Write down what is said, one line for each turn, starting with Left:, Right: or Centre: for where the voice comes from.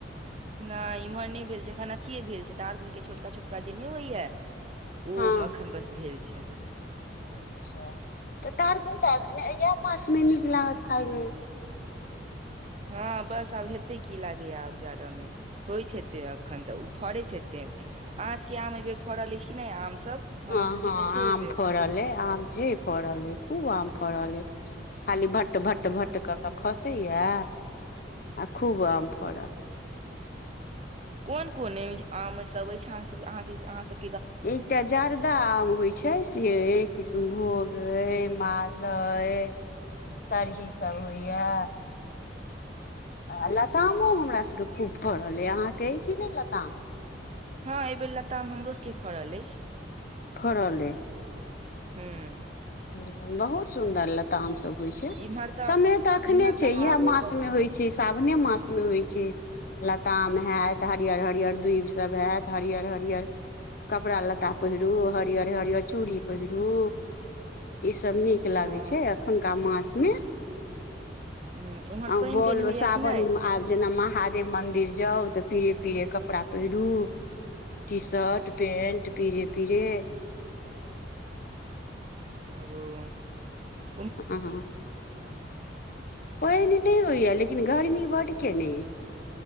Right: ना‌ऽ इम्हर नै भेल छै एखन अथिये भेल छै तऽ आर कोनके छोटका छोटका जे न‌ऽ होइया ओ
Left: हँ
Right: एखन बस भेल छै।
Left: अच्छा तऽ तहर कोन तऽ एने य <unintelligible> उमे नीक लागत खााय मे।
Right: हँ बस आब हेतै की लागैएा आब जादाा मे होइत हेतै अखन तऽ उ। फड़ैत हेतै अहाँ सके आम ऐबेर फड़ल अछि कि न‍ऽ आम सब
Left: हँ
Right: हमर सबके
Left: हँ
Right: तऽ छै
Left: आम
Right: एहिबेर
Left: फड़ले आम छै फड़ले खूब आम फड़ले खाली भट्ट भट्ट भट्ट क‌ऽ कऽ खसैया आ खूब आम फड़ल
Right: कोन कोन <unintelligible> आम सभ अछि अहाँ सभकले अहाँके अहाँसभ
Left: एकटा जर्दा आम होइ छै सियये किष्नभोग ऐ मालदा ऐ सरही सभ होइए आ लतामो हमरा सभके खूब फड़ल ये अहाँके कि नइ लताम।
Right: हँ ऐ बेर लताम हमरो सबके फड़ल अछि।
Left: फड़ले
Right: हँ
Left: हुं बहुत सुन्दर लताम सभ होइ छै,
Right: इम्हर तऽ
Left: समय त‌ऽ अखने
Right: इम्हर
Left: छै
Right: तऽ हावो
Left: ये मास
Right: बड़ सुन्दर
Left: में होइ छै साव होने मास मे होइ छै लताम हेत हरियर हरियर दूब सब हेत हरियर हरियर कपड़ा लत्ता पहिरू हरियर हरियर चूड़ी पहिरू ई सब नीक लागे
Right: हँ
Left: छै एखुनका मास मे
Right: हूँ उम्हर
Left: आऊ
Right: पानि
Left: बोल
Right: तानि
Left: व
Right: होइया
Left: सावन
Right: कि नहि
Left: म‌् आब जेना महादेव मंदिर जाउ तऽ फिर पीरे कपड़ा पहिरू टी शर्ट पेंट पीरे पीरे
Right: आगू
Left: अ-अहांँ <unintelligible> लेकिन गरमी बड्ड केने